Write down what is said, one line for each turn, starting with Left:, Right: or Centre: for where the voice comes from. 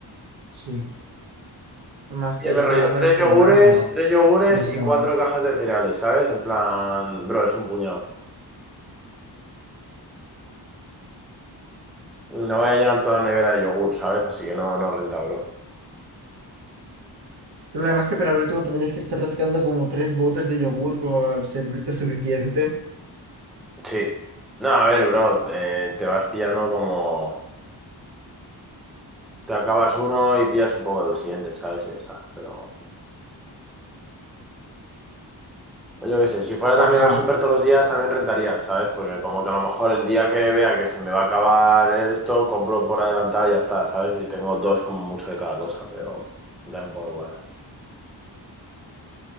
Right: sí. Más
Centre: Oye,
Right: que ahí
Centre: me rollo,
Right: te da para
Centre: tres
Right: desayunar
Centre: yogures,
Right: como
Centre: tres yogures
Right: tres
Centre: y
Right: semanas.
Centre: cuatro cajas de cereales, ¿sabes? En plan, bro, es un puñado. No voy a llenar toda la nevera de yogur, ¿sabes? Así que no, no renta, bro.
Right: Pero además que para el último tendrías que estar rascando como tres botes de yogur como para servirte suficiente.
Centre: Sí. No, a ver, bro, eh, te vas pillando como... Te acabas uno y pillas un poco del siguiente, ¿sabes? Y ya está. Pero yo qué sé, si fuera
Right: Ajá,
Centre: también al súper todos los días, también rentaría, ¿sabes? Porque como que a lo mejor el día que vea que se me va a acabar esto, compro por adelantado y ya está, ¿sabes? Y tengo dos como mucho de cada cosa, pero da un poco igual.